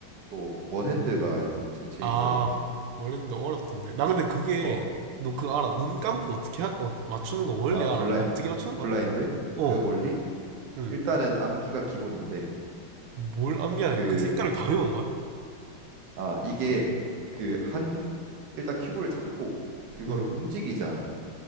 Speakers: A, on the right (about 60°); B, on the right (about 85°).
A: 또 원핸드가 이제 참 재밌었는데.
B: 아, 원래는 어렵던데. 나 근데 그게,
A: 어,
B: 너 그거 알아? 눈 감고 어떻게, 하- 어, 맞추는 거 원래
A: 아,
B: 알아?
A: 블라인,
B: 어떻게 맞추는 거야?
A: 블라인드?
B: 어,
A: 그 원리?
B: 응.
A: 일단은 암기가 기본인데,
B: 뭘 암기하냐?
A: 그,
B: 그 색깔을 다 외우는 거야?
A: 아, 이게 그 한, 일단 큐브를 잡고, 그거를
B: 응.
A: 움직이지 않아.